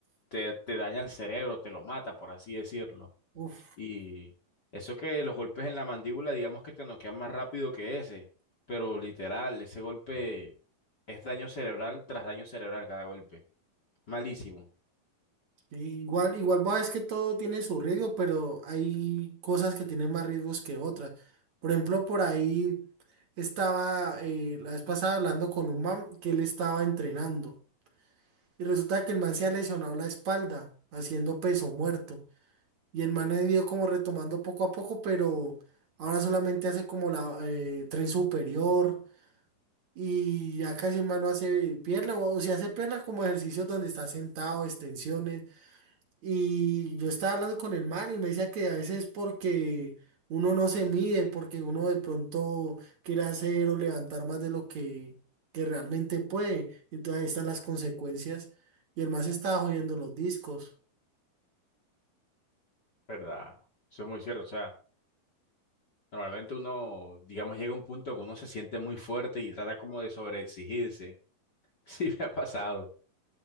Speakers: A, on the left; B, on the right.
A: Te, te daña el cerebro, te lo mata, por así decirlo.
B: uff.
A: Y eso que los golpes en la mandíbula, digamos que te noquean más rápido que ese, pero literal, ese golpe es daño cerebral tras daño cerebral cada golpe. Malísimo.
B: Igual, igual vos es que todo tiene su riesgo, pero hay cosas que tienen más riesgos que otras. Por ejemplo, por ahí estaba eh, la vez pasada hablando con un man que él estaba entrenando y resulta que el man se ha lesionado la espalda haciendo peso muerto y el man ha ido como retomando poco a poco, pero ahora solamente hace como la eh, tren superior y ya casi el man no hace pierna o, o si hace pierna como ejercicios donde está sentado, extensiones y yo estaba hablando con el man y me decía que a veces porque uno no se mide, porque uno de pronto quiere hacer o levantar más de lo que, que realmente puede. Entonces ahí están las consecuencias. Y el man se estaba jodiendo los discos.
A: ¿Verdad? Eso es muy cierto. O sea, normalmente uno, digamos, llega a un punto que uno se siente muy fuerte y trata como de sobreexigirse. <laughs> Sí, me ha pasado. O